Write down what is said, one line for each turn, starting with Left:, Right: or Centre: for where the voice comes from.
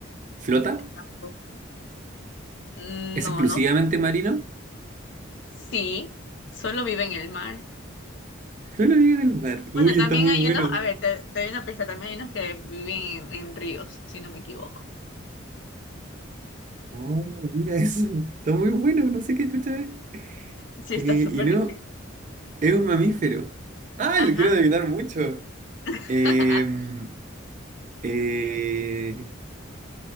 Right: ¿Flota?
Left: Tampoco. No,
Right: ¿Es exclusivamente
Left: no.
Right: marino?
Left: Sí, solo vive en el mar.
Right: Solo vive en el mar.
Left: Bueno,
Right: Uy,
Left: también
Right: está muy
Left: hay
Right: bueno.
Left: unos, a ver, te, te doy una pista, también hay unos que viven en, en ríos, si no me equivoco.
Right: Oh, mira eso. Está muy bueno, no sé qué chucha es.
Left: Sí, está
Right: Eh,
Left: súper
Right: y no,
Left: difícil.
Right: es un mamífero. Ah,
Left: Ajá.
Right: lo quiero adivinar mucho.
Left: <laughs>
Right: Em, eh,